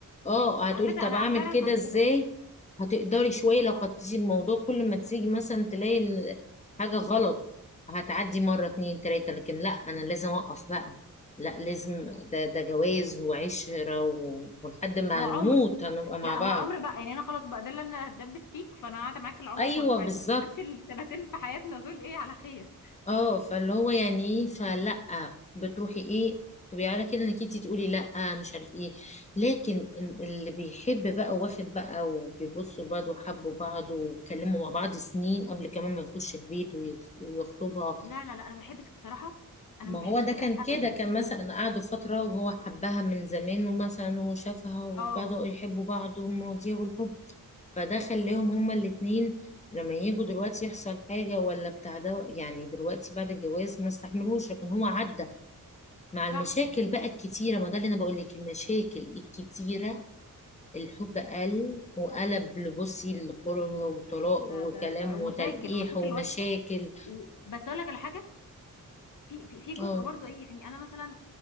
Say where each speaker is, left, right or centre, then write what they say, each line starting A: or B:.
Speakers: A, on the left; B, on the left.
A: اه
B: ماشي
A: هتقولي
B: على فكره
A: طب
B: انا
A: اعمل
B: انا فعلا
A: كده
B: انا
A: ازاي
B: كده
A: هتقدري شويه لو خدتي الموضوع كل ما تيجي مثلا تلاقي ال- حاجه غلط هتعدي مره اتنين تلاته لكن لا انا لازم اوقف بقى لا لازم ده ده جواز وعشرة و... ولحد ما
B: هو عمر
A: نموت هنبقى مع
B: لا
A: بعض
B: هو عمر بقى يعني انا خلاص بقى ده اللي انا هتدبس فيك فانا قاعده معاك العمر
A: ايوه
B: كله فعايزين
A: بالظبط
B: نمشي السنتين في حياتنا دول ايه على خير
A: اه فاللي هو يعني ايه فلا بتروحي ايه تبقي على كده انك انتي تقولي لا مش عارف ايه لكن ال- اللي بيحب بقى واخد بقى وبيبصوا بعض وحبوا بعض واتكلموا مع بعض سنين قبل كمان ما يخش البيت وي- ويخطبها
B: لا لا لا انا ما بحبش بصراحه
A: ما
B: انا ما بحبش
A: هو ده
B: كده
A: كان
B: ابدا
A: كده كان مثلا قعدوا فترة وهو حبها من زمان ومثلا وشافها وبدأوا
B: اه
A: يحبوا بعض والمواضيع والحب فده خلاهم هما الاتنين لما يجوا دلوقتي يحصل حاجة ولا بتاع ده يعني دلوقتي بعد الجواز ما استحملوش لكن هو عدى مع المشاكل
B: صح
A: بقى الكتيرة ما ده اللي أنا بقول لك المشاكل الكتيرة الحب قل وقلب لبصي الكره وطلاق
B: ده
A: وكلام
B: ده ده ومشاكل
A: وتلقيح
B: ومشاكل
A: ومشاكل
B: وحشه و... بس اقول لك على حاجه في في في جزء
A: اه
B: برضو ايه يعني انا مثلا